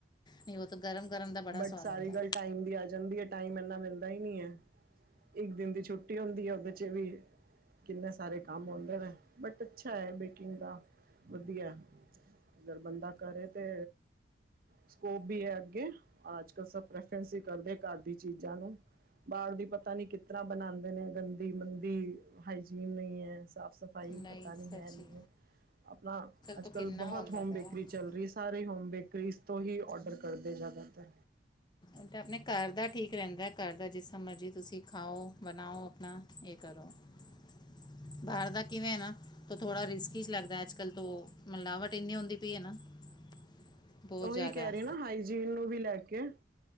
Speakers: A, on the left; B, on the right.
A: ਨਈ ਓ ਤੇ ਗਰਮ-ਗਰਮ ਦਾ ਬੜਾ
B: ਬਟ
A: ਸਵਾਦ
B: ਸਾਰੀ
A: ਆਉਂਦਾ।
B: ਗੱਲ ਟਾਈਮ ਦੀ ਆ ਜਾਂਦੀ ਏ, ਟਾਈਮ ਐਂਨਾ ਮਿਲਦਾ ਈ ਨੀ ਐ। ਇੱਕ ਦਿਨ ਦੀ ਛੁੱਟੀ ਹੁੰਦੀ ਐ ਓਦੇ 'ਚ ਵੀ ਕਿੰਨੇ ਸਾਰੇ ਕੰਮ ਹੋਂਦੇ ਨੇ, ਬਟ ਅੱਛਾ ਐ ਬੇਕਿੰਗ ਦਾ, ਵਧੀਐ ਅਗਰ ਬੰਦਾ ਕਰੇ ਤੇ ਸਕੋਪ ਬੀ ਐ ਅੱਗੇ। ਆਜ ਕੱਲ ਸਭ ਪ੍ਰੈਫਰੈਂਸ ਈ ਕਰਦੇ ਘਾਰ ਦੀ ਚੀਜ਼ਾਂ ਨੂੰ। ਬਾਰ ਦੀ ਪਤਾ ਨੀ ਕਿਤਰ੍ਹਾਂ ਬਨਾਂਦੇ ਨੇ ਗੰਦੀ ਮੰਦੀ ਹਾਈਜੀਨ ਨਈ ਐ ਸਾਫ਼ ਸਫ਼ ਸਫਾਈ
A: ਨਹੀਂ
B: ਪਤਾ ਨੀ
A: ਸੱਚੀ
B: ਹੈ ਨੀ ਐ। ਆਪਣਾ ਅੱਜ
A: ਤੋਂ ਕਿੰਨਾ
B: ਕੱਲ ਬੋਹੋਤ
A: ਹੁੰਦਾ
B: ਹੋਮ
A: ਪਿਆ
B: ਬੇਕਰੀ ਚੱਲ ਰੀ ਸੀ ਸਾਰੇ ਹੋਮ ਬੇਕਰੀਜ਼ ਤੋਂ ਹੀ ਔਡਰ ਕਰਦੇ ਜ਼ਿਆਦਾਤਰ
A: ਨ ਤੇ ਆਪਣੇ ਘਰ ਦਾ ਠੀਕ ਰੈਂਦੈ। ਘਰ ਦਾ ਜਿਸਰ੍ਹਾਂ ਮਰਜ਼ੀ ਤੁਸੀ ਖਾਓ, ਬਣਾਓ ਆਪਣਾ ਏ ਕਰੋ। <unintelligible> ਬਾਰ ਦਾ ਕਿਵੇਂ ਐ ਨਾ ਤੇ ਥੋੜ੍ਹਾ ਰਿਸਕ ਇੱਚ ਲੱਗਦੈ ਅੱਜ ਕੱਲ ਤੋਂ ਮਿਲਾਵਟ ਏਨੀ ਹੁੰਦੀ ਪਈ ਏ ਨਾ <unintelligible>
B: ਓਈ
A: ਜ਼ਿਆਦਾ
B: ਕੈ
A: ਹੈ
B: ਰੀ ਆ ਨਾ ਹਾਈਜੀਨ ਨੂੰ ਵੀ ਲੈ ਕੇ